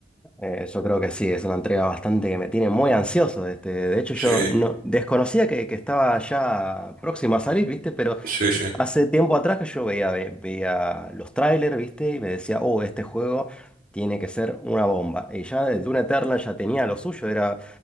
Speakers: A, in the centre; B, on the right.
A: Eh, yo creo que sí, es una entrega bastante que me tiene muy ansioso. Este, de hecho,
B: Sí,
A: yo no desconocía que, que estaba ya próxima a salir, ¿viste? Pero
B: sí, sí,
A: Hace tiempo atrás que yo veía, ve- veía los trailers, ¿viste? Y me decía, oh, este juego tiene que ser una bomba. Y ya el Dune Eternal ya tenía lo suyo, era,